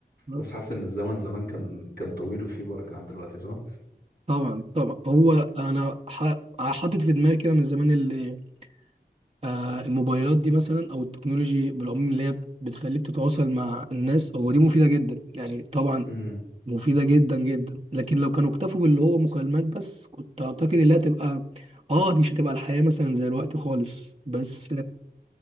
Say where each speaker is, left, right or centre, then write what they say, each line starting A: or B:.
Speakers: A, on the right; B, on the left.
A: بس
B: بس حاسس ان الزمن زمان كان كان طويل وفيه بركه عن دلوقتي صح؟
A: طبعا طبعا هو انا ح- حاطط في دماغي كده من زمان اللي آه الموبايلات دي مثلا او التكنولوجي بالعموم اللي هي بتخليك تتواصل مع الناس هو دي مفيده جدا يعني طبعا
B: امم
A: مفيده جدا جدا لكن لو كانوا اكتفوا باللي هو مكالمات بس كنت اعتقد انها تبقى اه مش هتبقى الحياه مثلا زي الوقت خالص بس